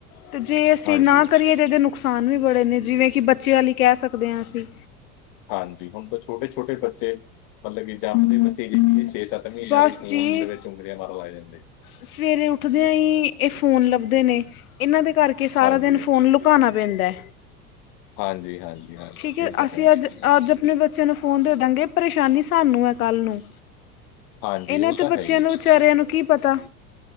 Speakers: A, on the left; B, on the left.
A: ਤੇ ਜੇ ਅਸੀ
B: ਹਾਂਜੀ,
A: ਨਾ ਕਰੀਏ ਤੇ ਏਦੇ ਨੁਕਸਾਨ ਵੀ ਬੜੇ ਨੇ, ਜਿਵੇਂ ਕਿ ਬੱਚੇਆਂ ਲੀ ਕੈ ਸਕਦੇ ਆਂ ਅਸੀ
B: ਹਾਂਜੀ, ਹੁਨ ਤਾਂ ਛੋਟੇ, ਛੋਟੇ ਬੱਚੇ ਮਤਲਬਕੀ <unintelligible> ਛੇ ਸੱਤ ਮੀਨਆਂ
A: ਬਸ
B: ਦੇਈ ਫੋਨ
A: ਜੀ
B: ਦੇ ਵੇਚ ਉਂਗਲੀਆ ਮਾਰਨ ਲੱਗ ਜਾਂਦੇ।
A: ਸਵੇਰੇ ਉੱਠਦੇਆਂ ਈ ਏ ਫੋਨ ਲੱਭਦੇ ਨੇ, ਏਨਾਂ ਦੇ ਕਰਕੇ ਕਿ ਸਾਰਾ
B: ਹਾਂਜੀ,
A: ਦੇਨ ਫੋਨ ਲੁਕਾਨਾ ਪੇਂਦਾ।
B: ਹਾਂਜੀ, ਹਾਂਜੀ। ਹਾਂਜੀ
A: ਠੀਕ ਐ,
B: ਇਹ ਤਾਂ
A: ਅਸੀ
B: ਹੈ।
A: ਅੱਜ, ਅੱਜ ਆਪਨੇ ਬੱਚੇਆਂ ਨੂੰ ਫੋਨ ਦੇ ਦਾਂਗੇ ਪਰੇਸ਼ਾਨੀ ਸਾਨੂੰ ਐ ਕੱਲ ਨੂੰ
B: ਹਾਂਜੀ
A: ਏਨਾਂ
B: ਉਹ
A: ਤ
B: ਤਾਂ
A: ਬੱਚੇਆਂ
B: ਹੈ ਹੀ।
A: ਨੂੰ ਵਚਾਰੇਆਂ ਨੂੰ ਕੀ ਪਤਾ